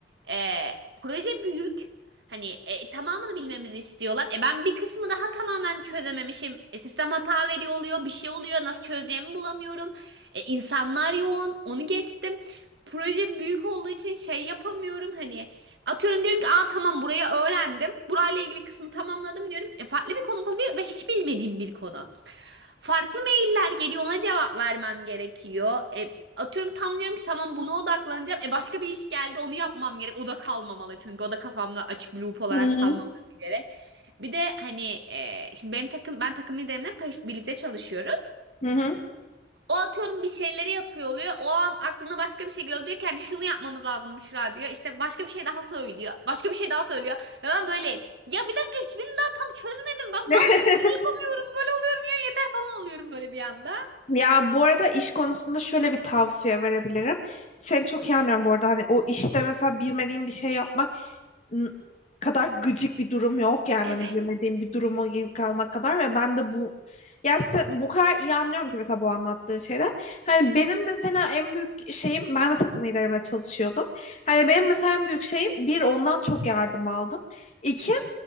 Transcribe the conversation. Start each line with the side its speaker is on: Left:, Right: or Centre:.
Right: e, proje büyük. Hani e, tamamını bilmemizi istiyorlar. E ben bir kısmı daha tamamen çözememişim. E, sistem hata veriyor oluyor, bir şey oluyor. Nasıl çözeceğimi bulamıyorum. E, insanlar yoğun. Onu geçtim. Proje büyük olduğu için şey yapamıyorum hani atıyorum diyorum ki aa tamam burayı öğrendim. Burayla ilgili kısmı tamamladım diyorum. E, farklı bir konu oluyor ve hiç bilmediğim bir konu. Farklı sorular geliyor ona cevap vermem gerekiyor. E, atıyorum tam diyorum ki tamam buna odaklanacağım. E başka bir iş geldi onu yapmam gerek. O da kalmamalı çünkü o da kafamda açık bir loop olarak
Left: Hı hı.
Right: kalmaması gerek. Bir de hani e, şimdi benim takım ben takım liderimle pa- birlikte çalışıyorum.
Left: Hı hı.
Right: O atıyorum bir şeyleri yapıyor oluyor. O an aklına başka bir şey geliyor. Diyor ki hani şunu yapmamız lazım Büşra diyor. İşte başka bir şey daha söylüyor. Başka bir şey daha söylüyor. Ve ben böyleyim. Ya bir dakika hiçbirini daha tam çözmedim. Ben mal
Left: <laughs>
Right: mıyım? Niye yapamıyorum? Böyle oluyorum ya yeter falan oluyorum böyle bir anda.
Left: Ya bu arada iş konusunda şöyle bir tavsiye verebilirim. Seni çok iyi anlıyorum bu arada. Hani o işte mesela bilmediğin bir şey yapmak n- kadar gıcık bir durum yok yani.
Right: Evet.
Left: Hani bilmediğin bir duruma girip kalmak kadar ve ben de bu ya sen, bu kadar iyi anlıyorum ki mesela bu anlattığın şeyler. Hani benim mesela en büyük şeyim ben de takım liderimle çalışıyordum. Hani benim mesela en büyük şeyim bir ondan çok yardım aldım. İki